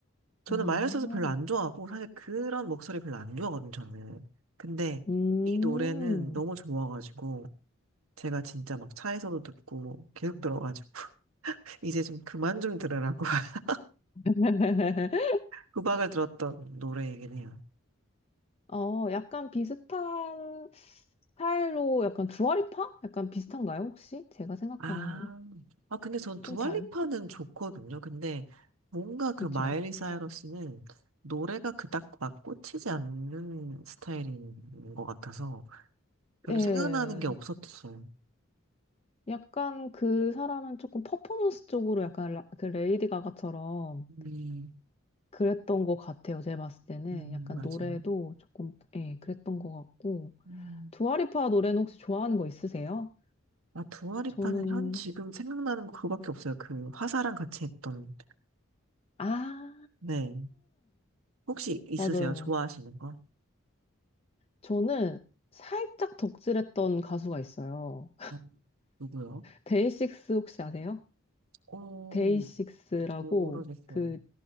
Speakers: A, on the right (about 85°); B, on the left (about 30°).
A: 저는
B: 아,
A: 마이너스서 별로 안 좋아하고 사실 그런 목소리 별로 안 좋아하거든요, 저는. 근데
B: 음.
A: 이 노래는 너무 좋아가지고 제가 진짜 막 차에서도 듣고 계속 들어가지고 <laughs> 이제 좀 그만 좀 들으라고 <laughs>
B: <laughs>
A: 후박을 들었던 노래이긴 해요.
B: 어, 약간 비슷한 스타일로 약간 두아리파? 약간 비슷한가요, 혹시? 제가 생각한
A: 아, 아, 근데 전 두알리파는
B: 좀 다른,
A: 좋거든요. 근데 뭔가 그
B: 그쵸?
A: 마일리 사이러스는 노래가 그닥 막 꽂히지 않는 스타일인 것 같아서 별로
B: 예.
A: 생각나는 게 없었어요.
B: 약간 그 사람은 조금 퍼포먼스 쪽으로 약간 라- 그 레이디 가가처럼
A: 음,
B: 그랬던 것 같아요. 제가 봤을 때는
A: 음,
B: 약간
A: 맞아요.
B: 노래도 조금, 예, 그랬던 것 같고.
A: 음.
B: 두아리파 노래는 혹시 좋아하는 거 있으세요?
A: 아, 두알리파는
B: 저는,
A: 현 지금 생각나는 거 그거밖에 없어요. 그 화사랑 같이 했던.
B: 아,
A: 네. 혹시 있으세요?
B: 맞아요.
A: 좋아하시는 거?
B: 저는 살짝 덕질했던 가수가 있어요.
A: 아, 누구요?
B: 데이식스 혹시 아세요?
A: 어,
B: 데이식스라고
A: 모르겠어요.
B: 그